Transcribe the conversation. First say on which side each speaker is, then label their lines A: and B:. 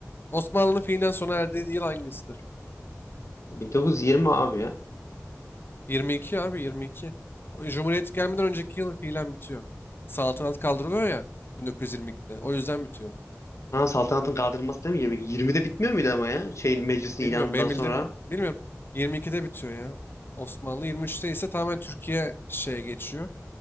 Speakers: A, on the left; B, on the left.
A: Osmanlı'nın fiilen sona erdiği yıl hangisidir?
B: 1920 abi ya.
A: 22 abi 22. O Cumhuriyet gelmeden önceki yıl fiilen bitiyor. Saltanat kaldırılıyor ya 1922'de. O yüzden bitiyor.
B: Ha, saltanatın kaldırılması değil mi? 20 20'de bitmiyor muydu ama ya? Şeyin meclisin
A: Bilmiyorum.
B: ilanından
A: Benim
B: sonra.
A: bildiğim bilmiyorum. 22'de bitiyor ya. Osmanlı 23'te ise tamamen Türkiye şeye geçiyor.